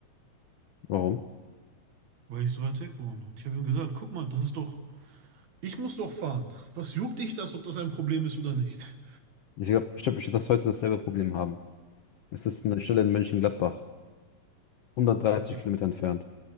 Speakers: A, on the left; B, on the right.
A: Warum?
B: weil ich so weit weg wohne. Und ich habe ihm gesagt, guck mal, das ist doch, ich muss doch fahren. Was juckt dich das, ob das ein Problem ist oder nicht?
A: Ich glaube, ich glaub, ich werd das heute dasselbe Problem haben. Es ist eine Stelle in Mönchengladbach, 130
B: So, Mün-
A: Kilometer entfernt.